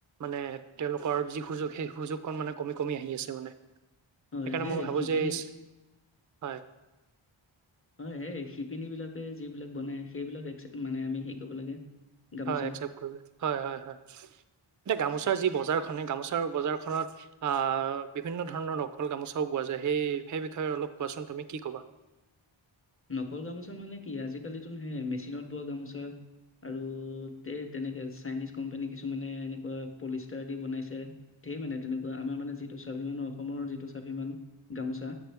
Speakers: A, on the right (about 40°); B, on the left (about 25°).
A: মানে তেওঁলোকৰ যি সুযোগ সেই সুযোগ কন মানে কমি-কমি আহি আছে মানে।
B: হয়
A: সেইকাৰণে
B: সেই
A: মই ভাবো
B: শিপিনী
A: যে এই হয়।
B: হয় সেই শিপিনীবিলাকে যিবিলাক বনাই সেইবিলাক এক মানে আমি হেৰি কৰিব লাগে। গামোচা
A: হয় একচেপ কৰিব হয়-হয়-হয়। এতিয়া গামোচাৰ যি বজাৰখনে গামোচাৰ বজাৰখনত আহ বিভিন্ন ধৰণৰ নকল গামোচাও পোৱা যায়, সেই-সেই বিষয়ে অলপ কোৱাচোন তুমি কি ক'বা?
B: নকল গামোচা মানে কি আজিকালিটো হেয়াই মেচিনত বোৱা গামোচা আৰু তে-তেনেকে চাইনিজ কোম্পানী কিছুমানে এনেকুৱা পলিচ টাৰ দি বনাইছে, ধেই মানে তেনেকুৱা আমাৰ মানে যিটো স্বাভিমানৰ, অসমৰ যিটো স্বাভিমান গামোচা